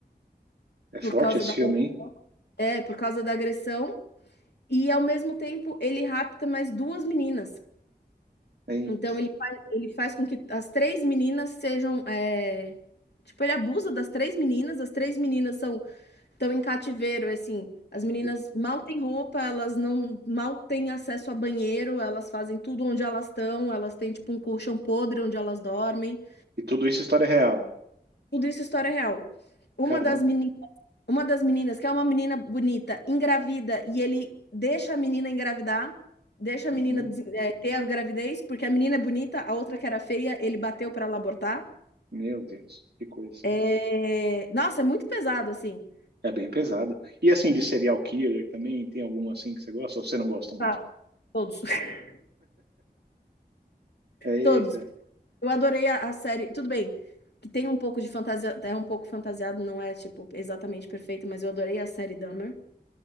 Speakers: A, on the right; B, on the left.
A: é
B: por
A: forte
B: causa
A: esse
B: da,
A: filme, hein?
B: é, por causa da agressão, e ao mesmo tempo ele rapta mais duas meninas.
A: Eita.
B: Então ele faz, ele faz com que as três meninas sejam. é, Tipo, ele abusa das três meninas, as três meninas são estão em cativeiro, é assim, as meninas
A: E,
B: mal têm roupa, elas não mal têm acesso a banheiro, elas fazem tudo onde elas estão, elas têm tipo um colchão podre onde elas dormem.
A: e tudo isso é história real.
B: Tudo isso é história real. Uma
A: Caramba.
B: das meninas uma das meninas, que é uma menina bonita, engravida, e ele deixa a menina engravidar, deixa a menina
A: Uhum.
B: des- eh, ter a gravidez, porque a menina é bonita, a outra que era feia, ele bateu para ela abortar.
A: Meu Deus, que coisa.
B: É, Nossa, é muito pesado, assim.
A: É bem pesado. E assim, de serial killer também, tem algum assim que você gosta ou você não gosta muito?
B: Tá. Todos, <laughs>
A: Eita,
B: todos. Eu adorei a, a série. Tudo bem, que tem um pouco de fantasia, é um pouco fantasiado, não é, tipo, exatamente perfeito, mas eu adorei a série Dahmer,